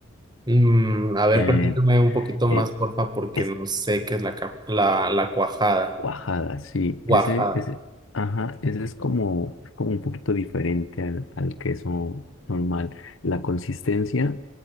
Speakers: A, on the right (about 20°); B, on the left (about 65°).
A: Mm, a ver,
B: Eh,
A: platícame un poquito
B: eh,
A: más, porfa, porque
B: es,
A: no sé qué es la, ca- la, la cuajada.
B: Guajada, sí,
A: Cuajada.
B: ese, ese, ajá, ese es como, como un poquito diferente al, al queso normal. La consistencia